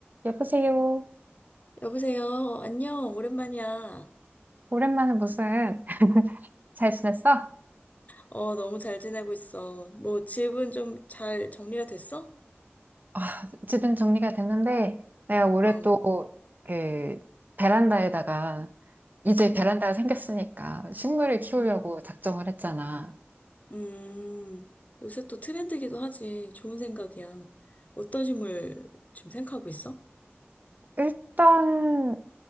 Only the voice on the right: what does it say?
여보세요.
오랜만에 무슨 <laughs> 잘 지냈어?
아, 집은 정리가 됐는데 내가 올해
또 그 베란다에다가 이제
베란다가 생겼으니까 식물을 키우려고
작정을 했잖아.
일단